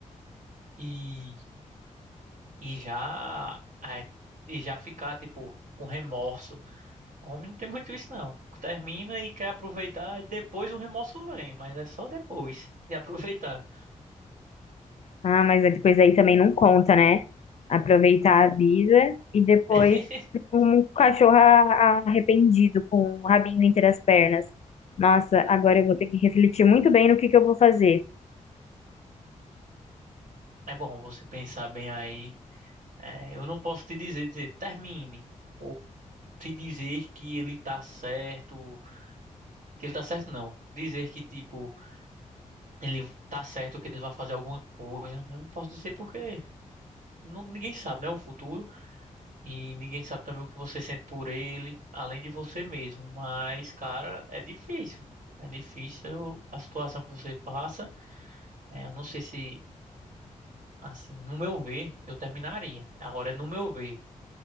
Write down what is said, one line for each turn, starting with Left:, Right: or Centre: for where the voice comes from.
Right: e, e já é, e já ficar tipo com remorso. Homem não tem muito isso não. Termina e quer aproveitar e depois o remorso vem, mas é só depois de aproveitar.
Left: Ah, mas depois aí também não conta, né? Aproveitar
Right: Então,
Left: a vida e depois
Right: <laughs>
Left: tipo, um cachorro a- arrependido com o rabinho entre as pernas. Nossa, agora
Right: é
Left: eu vou ter que refletir muito bem no que que eu vou fazer.
Right: é bom você pensar bem aí. É, eu não posso te dizer, dizer, termine. Ou te dizer que ele tá certo Que ele tá certo, não. Dizer que, tipo, ele tá certo que ele vai fazer alguma coisa. Eu não posso dizer porque não, ninguém sabe, né? O futuro. E ninguém sabe também o que você sente por ele, além de você mesmo. Mas, cara, é difícil. É difícil a situação que você passa. É, eu não sei se, assim, no meu ver, eu terminaria. Agora, é no meu ver,